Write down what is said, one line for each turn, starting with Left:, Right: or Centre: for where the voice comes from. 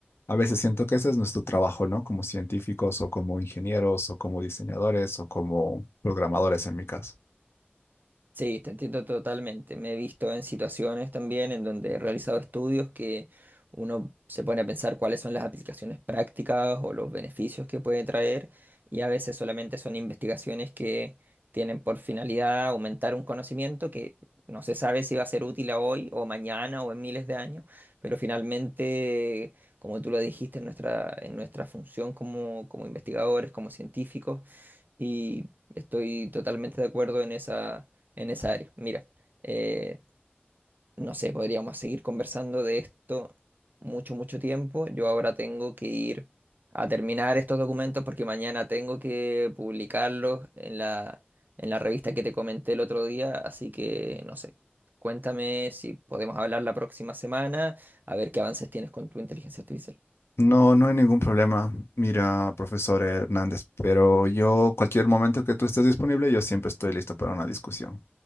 Left: a veces siento que ese es nuestro trabajo, ¿no? Como científicos o como ingenieros o como diseñadores o como programadores en mi caso.
Right: Sí, te entiendo totalmente. Me he visto en situaciones también en donde he realizado estudios que uno se pone a pensar cuáles son las aplicaciones prácticas o los beneficios que puede traer y a veces solamente son investigaciones que tienen por finalidad aumentar un conocimiento que no se sabe si va a ser útil a hoy o mañana o en miles de años, pero finalmente, como tú lo dijiste, en nuestra, en nuestra función como, como investigadores, como científicos, y estoy totalmente de acuerdo en esa, en esa área. Mira, eh, no sé, podríamos seguir conversando de esto mucho, mucho tiempo. Yo ahora tengo que ir a terminar estos documentos porque mañana tengo que publicarlos en la, en la revista que te comenté el otro día. Así que, no sé, cuéntame si podemos hablar la próxima semana, a ver qué avances tienes con tu inteligencia artificial.
Left: No, no hay ningún problema. Mira, profesor Hernández, Pero yo, cualquier momento que tú estés disponible, yo siempre estoy listo para una discusión.